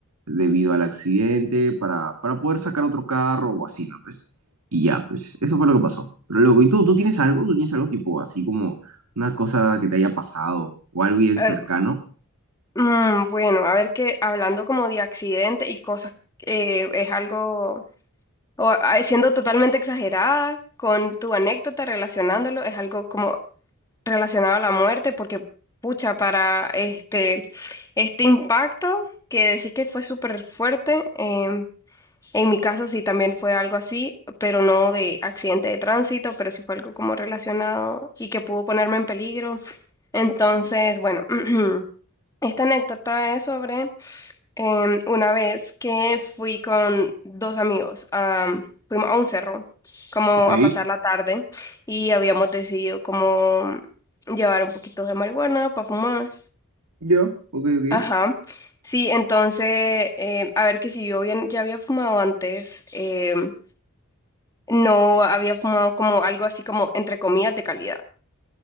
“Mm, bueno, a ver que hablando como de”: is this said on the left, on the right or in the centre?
Left